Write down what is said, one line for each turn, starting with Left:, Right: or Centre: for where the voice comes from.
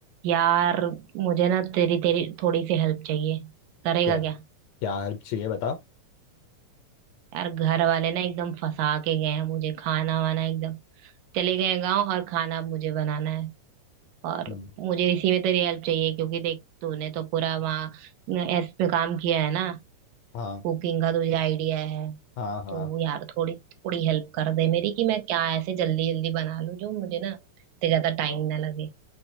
Right: यार मुझे ना तेरी तेरी थोड़ी सी हेल्प चाहिए करेगा
Left: क्या
Right: क्या
Left: क्या हेल्प चाहिए बता
Right: यार घर वाले ना एकदम फंसा के गए हैं मुझे खाना वाना एकदम चले गए गांव और खाना अब मुझे बनाना है और
Left: हम्म,
Right: मुझे इसी में तेरी हेल्प चाहिए क्योंकि देख तूने तो पूरा वहाँ एस पे काम किया है ना
Left: हाँ
Right: कुकिंग का तुझे आइडिया है
Left: हाँ हाँ
Right: तो यार थोड़ी थोड़ी हेल्प कर दे मेरी कि मैं क्या ऐसे जल्दी जल्दी बना लूं जो मुझे ना इतने ज्यादा टाइम ना लगे